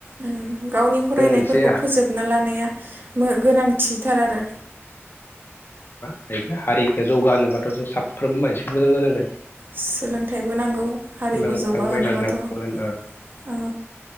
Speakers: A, on the right (about 45°); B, on the left (about 50°).
A: उम गावनि फरायनायफोरखौ
B: जों मोनसे
A: फोजोबना ला लानाया मो गोनांथिथार आरो
B: <unintelligible> हारिखो जौगा होनोबाथ' जों साफ्रोमबो मानसिया मोजां जानांगोन
A: सोलोंथाइबो नांगौ हारिखौ
B: सोलोंथांबाय
A: जौगाहोनोबाथ'
B: लानांगोन
A: औ